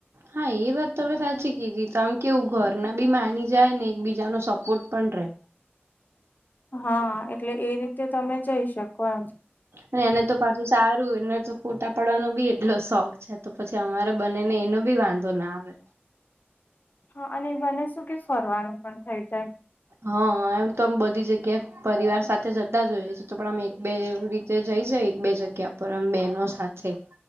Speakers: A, on the right (about 80°); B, on the left (about 45°).
A: હા એ વાત તમે સાચી કીધી તો આમ કેવું ઘરના બી માની જાય ને એક બીજાનો સપોર્ટ પણ રે.
B: હા એટલે એ રીતે તમે જઈ શકો એમ.
A: અને એને તો પાછું સારું એને તો ફોટા પડવાનો બી એટલો શોખ છે. તો પછી અમારે બને ને એનો બી વાંધો ના આવે.
B: હા અને બને શું કે ફરવાનું પણ થઇ જાય.
A: હ એમ તો આમ બધી જગ્યાએ પરિવાર સાથે જતા જ હોઈએ છે તો પણ આમ એક બે રીતે જઈ જાય એક બે જગ્યા પર આમ બેનો સાથે થે